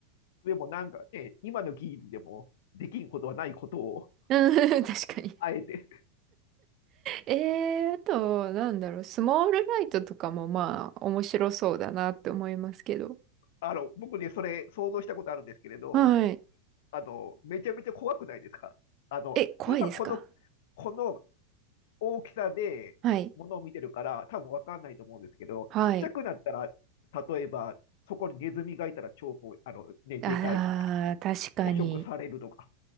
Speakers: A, on the left (about 55°); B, on the right (about 35°).
A: でもなんかね、今の技術でもできんことはないことを、
B: うん、<laughs> 確かに。
A: あえて、
B: えー、あと、なんだろう、スモールライトとかもまあ、面白そうだなって思いますけど。
A: あの、僕ね、それ想像したことあるんですけれど、
B: はい。
A: あの、めちゃめちゃ怖くないですかあの、
B: え、怖いですか
A: 今この、この大きさで物を見てるから、
B: はい。
A: 多分わかんないと思うんですけど、
B: はい。
A: ちっちゃくなったら、例えば、そこにネズミがいたら超あの、ね、でかいとか、
B: ああ、確かに。
A: 捕食されるとか、